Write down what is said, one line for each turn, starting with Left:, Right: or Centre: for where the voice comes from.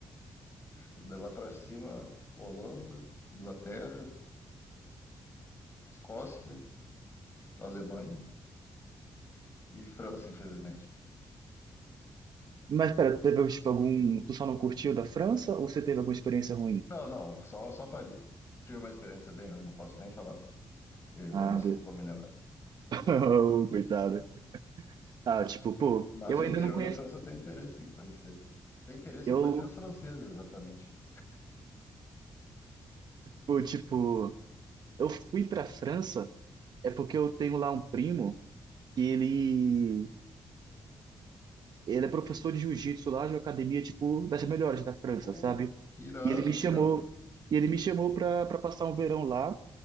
Left: deixa eu- de lá para cima, Holanda, Inglaterra, Escócia, Alemanha e França, infelizmente.
Right: Mas, pera, teve, tipo, algum... Tu só não curtiu da França ou você teve alguma experiência ruim?
Left: Não, não, só, só Paris. Tive uma experiência bem ruim, não posso nem falar, eu
Right: Ah,
Left: vou me,
Right: be-
Left: vou me lembrar.
Right: <laughs> oh, coitado. Ah, tipo, pô,
Left: Mas
Right: eu
Left: o
Right: ainda
Left: interior
Right: não conheço...
Left: da França eu tenho interesse em conhecer. Tenho interesse
Right: Eu,
Left: em conhecer as francesas, exatamente.
Right: pô, tipo... Eu fui para a França é porque eu tenho lá um primo que ele ele é professor de jiu-jitsu lá de uma academia tipo das melhores da França,
Left: Oh,
Right: sabe?
Left: que irado,
Right: E ele me
Left: que
Right: chamou
Left: irado.
Right: e ele me chamou para para passar um verão lá,